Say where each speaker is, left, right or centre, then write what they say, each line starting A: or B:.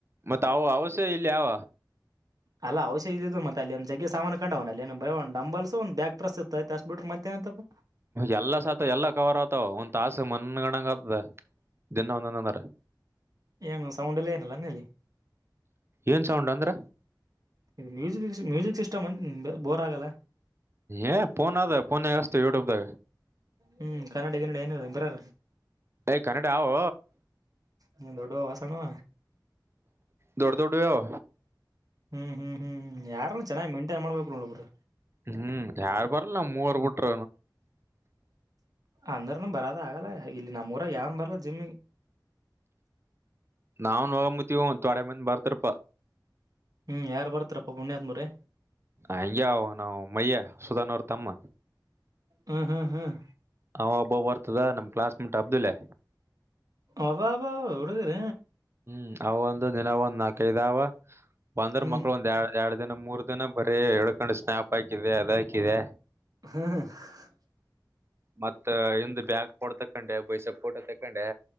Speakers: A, on the right; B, on the right.
A: ಮತ್ತೆ ಅವು ಅವಸ ಇಲ್ಲೇವ.
B: ಅಲ್ಲ ಔಷ ಇದ ಇ ಮತ್ತ ಅಲ್ಲಿ ಒಂದ ಜ್ಜಗೀ ಸಾಮಾನ ಇಟಕಂಡವನ ಅಲ್ಲಿ ಬರೀ ಒಂದು ಡಂಬಲ್ಸ ಒಂದ ಬ್ಯಾಕ್ ಪ್ರೆಸ್ ಇತ್ತ ಅಷ್ಟ ಬಿಟ್ಟ್ರೇ ಮತ್ತೆನತ್ತಪ್ಪ.
A: ಎಲ್ಲ ಸತ್ ಎಲ್ಲ ಕವರ್ ಆತಾವ ಒಂದ್ ತಾಸು ಮನ್ಗಣಂಗ ಆತದ. ಇನ್ನ ಒಂದಂದಂದರ
B: ಏನು ಸೌಂಡ ಎಲ್ಲ ಏನಲ್ಲನಲ್ಲಿ
A: ಏನ್ ಸೌಂಡ್ ಅಂದ್ರ
B: ಇದು ಮ್ಯೂಸಿಕ್ ಮ್ಯೂಸಿಕ್ ಸಿಸ್ಟಮ್ ಅ ಬೋರ್ ಆಗಲ್ಲ
A: ಏ ನ್ ಅದ ಪೋನ್ ಎಸ್ತು ಯೂಟ್ಯೂಬ್ಗ
B: ಹ್ಮ್ ಕನ್ನಡಿಗ ನಡಿ ಏನ ಬರ್ರ
A: ಏ ಕನ್ನಡಿ ಅವು
B: ನಿ ದೊಡೋ ವಾಸಣವ
A: ದೌಡ ದೌಡ ಅವಾವ
B: ಹ್ಮ್ ಹ್ಮ್ ಹ್ಮ್ ಯಾರು ಚೆನ್ನಾಗಿ ಮೇಂಟೈನ್ ಮಾಡ್ಬೇಕು ನೋಡಬರು
A: ಹ್ಮ್ ಯಾರು ಬರಲ್ಲ ನ ಮೂವರ್ ಬಿಟ್ರ
B: ಅಂದ್ರನು ಬರದ ಆಗಲ್ಲ ಇಲ್ಲಿ ನಮ್ಮೂರಾಗ ಯಾವನ್ ಬರಲ್ಲ ಜಿಮಿಗೆ
A: ನಾವ್ ನೋಗಂಬತಿವ ತೊಡೆ ಮಂದಿ ಬರ್ತಾರಪಾ
B: ಹ್ಮ್ ಯಾರು ಬರ್ತ್ತಪ್ಪಾ ಪುಣ್ಯ ಆದತ್ ಮರಿ
A: ಹಂಗೆ ಅವ ನಾವು ಮಯ್ಯ ಸುಧಾನ್ ಅವ್ರ ತಮ್ಮ
B: ಹ್ಮ್ ಹ್ಮ್ ಹ್ಮ್
A: ಹಾ ಅಬ್ಬ ಬರ್ತದ ನಮ ಕ್ಲಾಸ್ಮೇಟ್ ಅಬ್ದುಲೆ
B: ಒಬಬ ಎಡುಗರ
A: ಹ್ಮ್ ಅವ ಒಂದು ದಿನ ಒಂದ್ ನಾಲ್ಕೈ ಇದದಾವ ಬಂದ್ರ
B: ಹ್ಮ್
A: ಮಕ್ಳು ಒಂದ್ ಎ ಎ ಇದನ್ನು ಮೂರ್ ದಿನ ಬರೀ ಹೇಳ್ಕೊಂಡು ಸ್ನಾಪ್ ಹಾಕಿದೆ ಅದ ಹಾಕಿದೆ
B: ಹಾ ಹಾ
A: ಮತ್ತ ಹಿಂದ ಬ್ಯಾಗ್ ಪಡ್ತಕೊಂಡೆ ಬೈಸಕ್ ಕೋಟ ತಕೊಂಡೆ